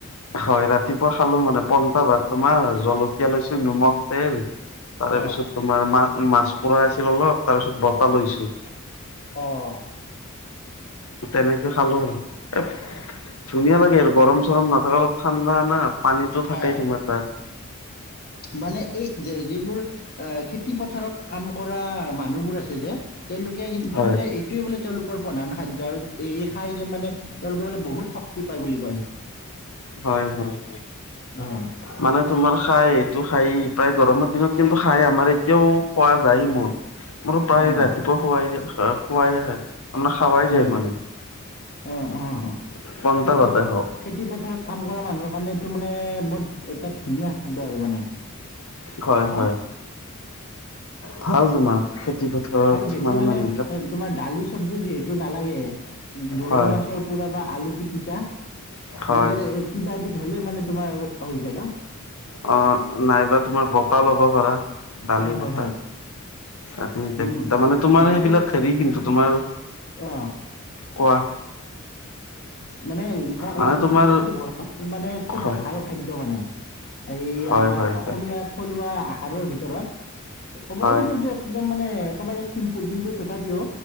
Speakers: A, on the left (about 75°); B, on the left (about 45°).
A: হয় ৰাতিপুৱা খালো মানে পংটা ভাত তোমাৰ জলকীয়া লৈছো নিমখ তেল তাৰে
B: অ'
A: পিছত তোমাৰ মা মাছ পৰা আছিল অলপ তাৰপিছত বতাহ লৈছো
B: অঁ
A: তেনেকে খালো আৰু ধুনীয়া লাগে আৰু গৰম চৰম না ত অলপ ঠাণ্ডা না পানীতো
B: হয়
A: থাকেই
B: হয়
A: তোমাৰ তাত
B: মানে এই যে যিবোৰ আহ খেতি পথাৰত কাম কৰা মানুহবোৰ আছে যে তেওঁলোকে কিন্তু
A: হয়।
B: বোলে এইটোয়ে বোলে তেওঁলোকৰ প্ৰধান খাদ্য আৰু এই খাই যে মানে তেওঁলোকে বোলে বহুত শক্তি পায় বুলি কয়
A: হয় হয় হয়
B: অ'
A: মানে তোমাৰ খাই এইটো খাই। প্ৰায় গৰমৰ দিনত কিন্তু খাই আমাৰ এতিয়াও খোৱা যায় মোৰ। মোৰ প্ৰায়
B: অ'।
A: ৰাতিপুৱা শুৱাই শোৱাইে। আপাৰ খাৱাই
B: হয়
A: যায় মানে
B: অ অ
A: পন্টাা
B: খেতিয়ক
A: পতোই হওক।
B: খেতি পথাৰত কাম কৰা মানুহৰ কাৰণে এইটো মানে বৰ এটা ধুনীয়া শব্দ আৰু মানে।
A: হয়
B: হা
A: হয় ভাল তোমাৰ? খেতি পথাৰত
B: আৰু বেছি মানে
A: মানুহ বিলাক
B: তোমাৰ দালি চবজি যিহেতু নালাগে। গৰৈ
A: হয়
B: মাছৰ পোৰা বা আলু পিটিকা।
A: হয়
B: এনেকে কিবা এবিধ হলে মানে তোমাৰ হৈ যায় ন।
A: অ নাইবা তুমাৰ বতাহ লব পাৰা দালি
B: হয় হয়
A: বতাহ।
B: হয়
A: তাৰমানে
B: উম
A: তোমাৰ
B: গতিকে
A: সেইবিলাক হেৰি কিন্তু তোমাৰ।
B: অ
A: কোৱা?
B: মানে মই ক'ব
A: মানে
B: গছিলো
A: তোমাৰ
B: ঘৰ মানে খুব
A: হয়
B: ভাল খাদ্য মানে। এই
A: হয়
B: আমাৰ
A: হয়
B: অসমীয়া
A: হয়
B: থলুৱা আহাৰৰ ভিতৰত। কব
A: হয়
B: গ'লে যে একদম মানে। চিম্পুল কিন্তু তথাপিও